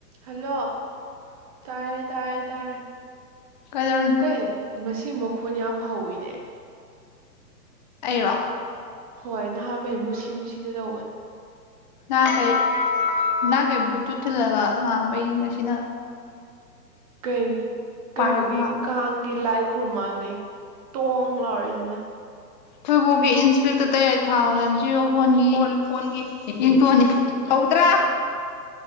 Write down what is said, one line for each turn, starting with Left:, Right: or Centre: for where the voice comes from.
Right: ꯍꯜꯂꯣ ꯇꯥꯏꯌꯦ ꯇꯥꯏꯌꯦ ꯇꯥꯏ
Left: ꯀꯗ
Right: ꯀꯩ ꯉꯁꯤ ꯃꯈꯣꯟ ꯌꯥꯝ ꯍꯧꯋꯤꯅꯦ
Left: ꯑꯩꯔꯣ
Right: ꯍꯣꯏ ꯅꯍꯥꯟꯉꯩ ꯃꯨꯁꯤ ꯃꯨꯁꯤꯗ ꯇꯧꯕꯅꯦ
Left: ꯅꯥꯡꯈꯩ ꯅꯅꯥꯈꯩ ꯕ꯭ꯂꯨꯇꯨꯠ ꯊꯤꯜꯂꯒ ꯉꯥꯡꯕꯩ ꯉꯁꯤꯅ
Right: ꯀꯩ ꯀꯩꯅꯣꯒꯤ
Left: ꯄꯥꯏꯔꯒ ꯉꯥꯡꯕ
Right: ꯀꯥꯡꯒꯤ ꯂꯥꯏ ꯈꯨꯔꯨꯝꯃꯉꯩ ꯇꯣꯡ ꯂꯥꯎꯔꯛꯏꯗꯅ
Left: ꯊꯣꯏꯕꯣꯛꯀꯤ ꯏꯟꯁꯄꯦꯛꯇꯔ ꯇꯌꯥꯏ ꯊꯥꯅ ꯖꯤꯌꯑꯣ ꯐꯣꯟꯒꯤ ꯐ ꯌꯦꯡꯇꯣꯟꯅꯤ ꯍꯧꯗ꯭ꯔꯥ